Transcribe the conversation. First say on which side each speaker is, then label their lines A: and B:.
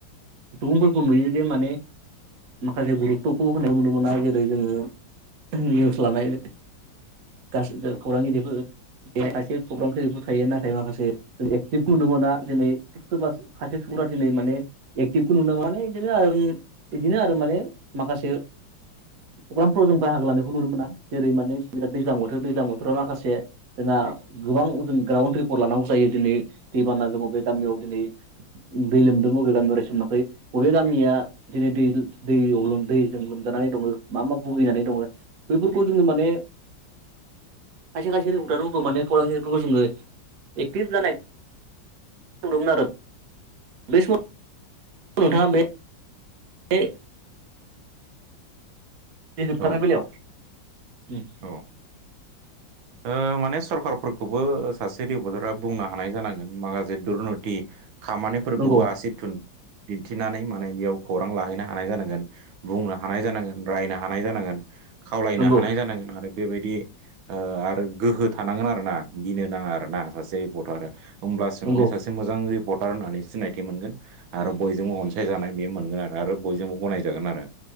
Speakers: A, on the right; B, on the right.
A: सुबुंफोरखौ नुयोदि माने माखासे गुरुबथ'खौ होनो नुनो मोना। जेरै जोङो निउस लानाय गासै <unintelligible> खौरांगिरिफोर बे खायसे प्रग्रामखै जबो थायो नाथाय माखासे जों एक्टिभखौ नुनो मोना दिनै <unintelligible> माने एक्टिभखौ नु <unintelligible> इदिनो आरो माने माखासे प्रग्रामफ्राव जों बाहागो लानायखौ नुनो मोना। जेरै माने बिराद दैज्लां बोथोर दैज्लां बोथोराव माखासे जोंहा गोबां जों ग्राउन्ड रिपर्ट लानांगौ जायो। दिनै दैबाना जों अबे गामियाव दिनै दै लोमदों अबे गामियाव रेसन मोनाखै बबे गामिया दिनै दै दैयाव दैजों लोमजानानै दङो मा मा भुगिनानै दङो बेफोरखौ जोङो माने खायसे खासे रिपर्टआथ' खौ माने खौरांगिरिफोरखौ जोङो एक्टिभ जानाय नुदोंमोन आरो। बे सम नोंथाङा बे ए बे जोबथारनाय
B: औ
A: बेलायाव। उम
B: औ ओ माने सरखारफोरखौबो ओ सासे रिपर्टारा बुंनो हानाय जानांगोन माखासे दुरनति खामानिफोरखौबो
A: नंगौ
B: आसि थुन दिन्थिनानै माने बेयाव खौरां लाहैनो हानाय जानांगोन बुंनो हानाय जानांगोन रायनो हानाय जानांगोन। खावलायनो
A: नंगौ
B: हानाय जानांगोन आरो बेबायदि ओ आरो गोहो थानांगोन आरो ना गिनो नाङा आरो ना सासे रिपर्टारा होमब्लासो
A: नंगौ
B: माने सासे मो जां रिपर्टार होननानै सिनायथि मोनगोन। आरो बयजोंबो अनसायजानाय बे मोनगोन आरो आरो बयजोंबो गनायजागोन आरो।